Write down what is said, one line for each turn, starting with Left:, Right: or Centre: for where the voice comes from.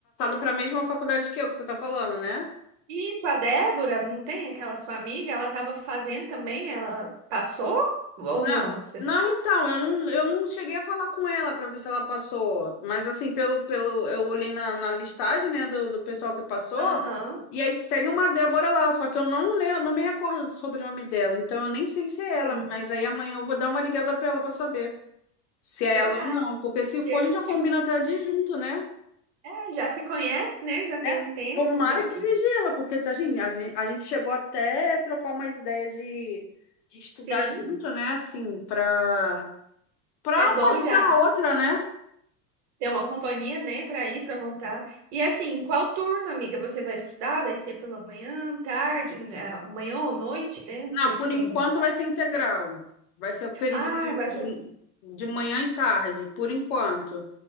Left: para a mesma faculdade que eu, que você está falando, né?
Right: Isso, a Débora, não tem aquela sua amiga? Ela estava fazendo também, ela passou? Ou
Left: Na-
Right: não? Você
Left: Não,
Right: sabe?
Left: então, eu não, eu não cheguei a falar com ela para ver se ela passou. Mas assim, pelo, pelo, eu olhei na, na listagem, né, do, do pessoal que passou,
Right: Aham,
Left: e aí tem uma Débora lá, só que eu não le não me recordo do sobrenome dela, então eu nem sei se é ela,
Right: sim,
Left: mas aí amanhã eu vou dar uma ligada para ela para saber se é
Right: verdade.
Left: ela ou não, porque se for,
Right: Porque,
Left: a gente já
Right: tipo,
Left: combina até de ir junto, né?
Right: é, já se conhece, né? Já tem
Left: É,
Right: um tempo,
Left: tomara
Right: é bom
Left: que
Right: que
Left: seja ela, porque tá, gente, a gente, a gente chegou até a trocar umas ideias de, de estudar
Right: sim.
Left: junto, né? Assim, para Para
Right: É
Left: uma
Right: bom
Left: ajudar
Right: já
Left: a outra, né?
Right: ter uma companhia, né, para ir, para voltar. E assim, qual turno, amiga? Você vai estudar? Vai ser pela manhã, tarde, né, amanhã ou noite, né?
Left: Não,
Right: Não sei se
Left: por
Right: tem
Left: enquanto vai ser integral. Vai ser o período
Right: Ah,
Left: de,
Right: vai
Left: de,
Right: ser.
Left: de manhã e tarde, por enquanto.